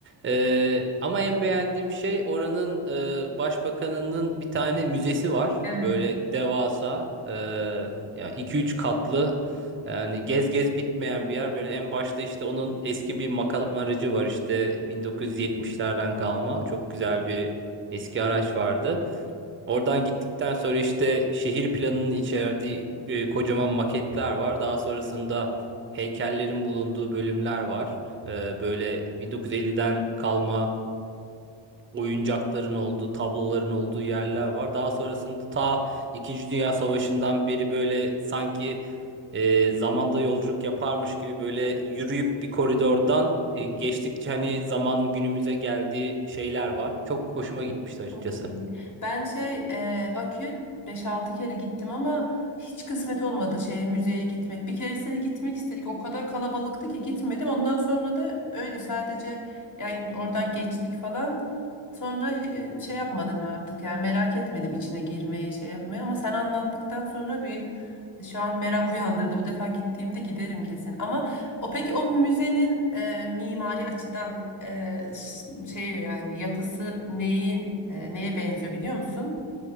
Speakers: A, on the right (about 25°); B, on the left (about 35°).
A: E, ama en beğendiğim şey oranın e, başbakanının bir tane müzesi var.
B: Evet.
A: Böyle devasa, e, yani 2-3 katlı. Yani gez gez bitmeyen bir yer. Böyle en başta işte onun eski bir makam aracı var işte 1970'lerden kalma. Çok güzel bir eski araç vardı. Oradan gittikten sonra işte şehir planının içerdiği e, kocaman maketler var. Daha sonrasında heykellerin bulunduğu bölümler var. E, böyle 1950'den kalma oyuncakların olduğu, tabloların olduğu yerler var. Daha sonrasında ta İkinci Dünya Savaşı'ndan beri böyle sanki e, zamanda yolculuk yaparmış gibi böyle yürüyüp bir koridordan e, geçtikçe hani zaman günümüze geldiği şeyler var. Çok hoşuma gitmişti açıkçası.
B: Çok iyi. Ben şey e, Bakü'ye 5-6 kere gittim ama hiç kısmet olmadı şeye müzeye gitmek. Bir keresine gitmek istedik. O kadar kalabalıktı ki gitmedim. Ondan sonra da öyle sadece yani oradan geçtik falan. Sonra e, şey yapmadım artık yani merak etmedim içine girmeyi şey yapmayı ama sen anlattıktan sonra bir şu an merak uyandırdı. Bu defa gittiğimde giderim kesin. Ama o peki o müzenin e, mimari açıdan e, ş- şey yani yapısı neyin e, neye benziyor biliyor musun?